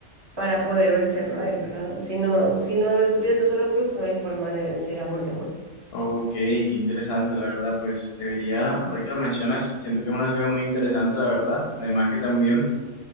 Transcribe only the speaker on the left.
ok, qué interesante, la verdad, pues debería, ahora que lo mencionas, siento que es una saga muy interesante, la verdad, además que también...